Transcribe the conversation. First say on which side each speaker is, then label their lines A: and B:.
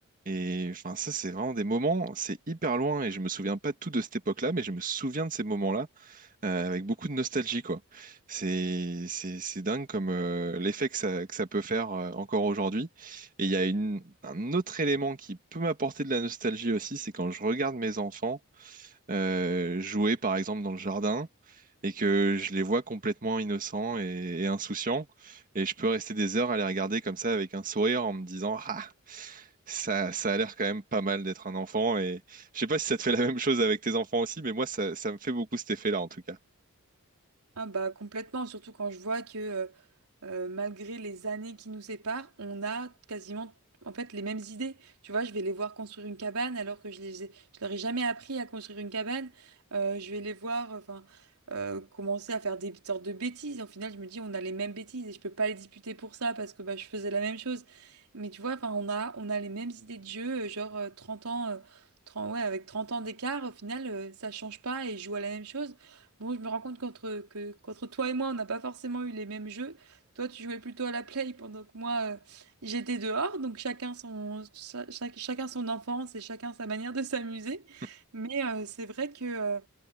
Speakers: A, on the right; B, on the right.
A: Et enfin, ça, c'est vraiment des moments, c'est hyper loin, et je me souviens pas de tout de cette époque-là, mais je me souviens de ces moments-là euh, avec beaucoup de nostalgie, quoi. C'est, c'est, c'est dingue comme euh, l'effet que ça, que ça peut faire euh, encore aujourd'hui. Et il y a une, un autre élément qui peut m'apporter de la nostalgie aussi, c'est quand je regarde mes enfants euh, jouer par exemple dans le jardin et que je les vois complètement innocents et, et insouciants et je peux rester des heures à les regarder comme ça avec un sourire en me disant ah ça ça a l'air quand même pas mal d'être un enfant et je sais pas si ça te fait la même chose avec tes enfants aussi mais moi ça ça me fait beaucoup cet effet-là en tout cas.
B: Ah bah complètement, surtout quand je vois que euh, euh, malgré les années qui nous séparent, on a quasiment en fait les mêmes idées. Tu vois, je vais les voir construire une cabane alors que je les ai- je leur ai jamais appris à construire une cabane. Euh, je vais les voir enfin euh, commencer à faire des sortes de bêtises. Et au final, je me dis on a les mêmes bêtises et je peux pas les disputer pour ça parce que bah, je faisais la même chose. Mais tu vois, enfin on a on a les mêmes idées de jeu, euh, genre euh, 30 ans euh, 30 ouais, avec 30 ans d'écart, au final, euh, ça change pas et je joue à la même chose. Bon, je me rends compte qu'entre que, qu'entre toi et moi, on n'a pas forcément eu les mêmes jeux, toi, tu jouais plutôt à la play pendant que moi, euh, j'étais dehors. Donc chacun son, cha- chaque- chacun son enfance et chacun sa manière de s'amuser.
A: <laughs>
B: Mais euh, c'est vrai que euh,